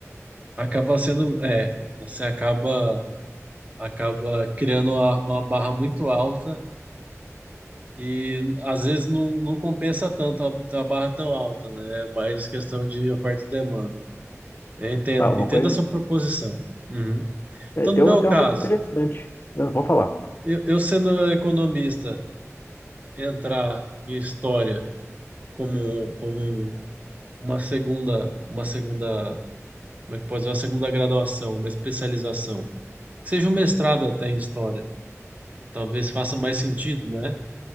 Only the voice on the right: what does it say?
Acaba sendo, é, você acaba, acaba criando uma, uma barra muito alta e às vezes não, não compensa tanto a, ter uma barra tão alta, né? É mais questão de oferta e demanda. Eu entendo,
entendo
a sua proposição. Uhum.
Então,
no meu
caso,
eu, eu sendo economista, entrar em história como, como uma segunda, uma segunda, como é que pode dizer, uma segunda graduação, uma especialização, que seja um mestrado até em história, talvez faça mais sentido, né?